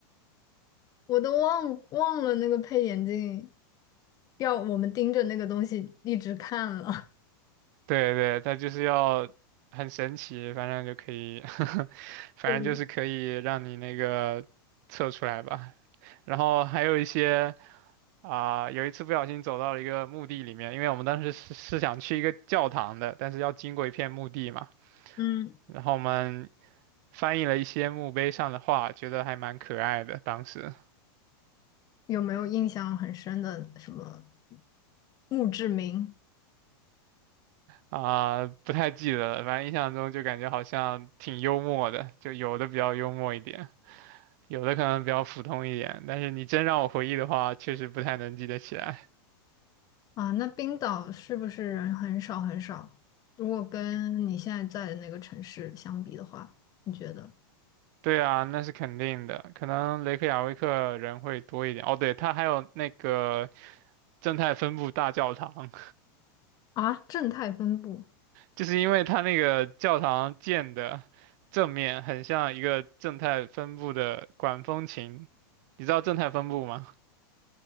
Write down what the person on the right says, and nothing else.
对对，它就是要很神奇，反正就可以，<laughs> 反正就是可以让你那个测出来吧。
然后还有一些啊、有一次不小心走到了一个墓地里面，因为我们当时是是想去一个教堂的，但是要经过一片墓地嘛。
然后我们翻译了一些墓碑上的话，觉得还蛮可爱的。当时
啊、不太记得了，反正印象中就感觉好像挺幽默的，就有的比较幽默一点，有的可能比较普通一点。但是你真让我回忆的话，确实不太能记得起来。
对啊，那是肯定的，可能雷克雅未克人会多一点。哦，对，他还有那个正态分布大教堂，
就是因为它那个教堂建的正面很像一个正态分布的管风琴，你知道正态分布吗？